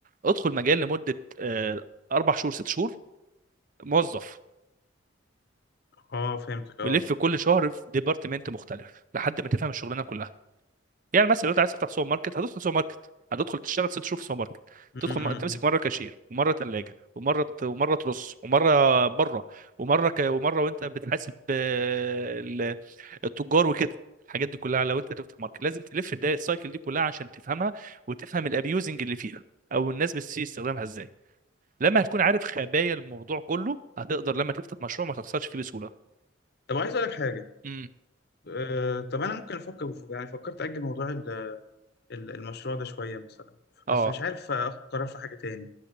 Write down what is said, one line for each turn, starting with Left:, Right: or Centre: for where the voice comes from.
Right: ادخل مجال لمده آه، اربع شهور ست شهور موظف
Left: آه، فهمتك اه
Right: ولف كل شهر في ديبارتمنت مختلف لحد ما تفهم الشغلانه كلها يعني مثلا لو انت عايز تفتح سوبر ماركت هتدخل سوبر ماركت هتدخل تشتغل ست شهور في سوبر ماركت
Left: م-
Right: تدخل
Left: م-
Right: م- تمسك
Left: م.
Right: مره كاشير ومره ثلاجه ومره ومره ترص ومره بره ومره ك... ومره وانت بتحاسب آه، ال- التجار وكده الحاجات دي كلها لو انت تفتح ماركت لازم تلف الداية السايكل دي كلها عشان تفهمها وتفهم الابيوزنج اللي فيها او الناس بتسيء استخدامها ازاي لما هتكون عارف خبايا الموضوع كله هتقدر لما تفتح مشروع ما تخسرش فيه بسهوله
Left: طب عايز اقول لك حاجه
Right: امم
Left: آه، طب انا ممكن افكر يعني فكرت اجل موضوع ال- ال- المشروع ده شويه مثلا
Right: اه
Left: بس مش عارف اخد قرار في حاجه تاني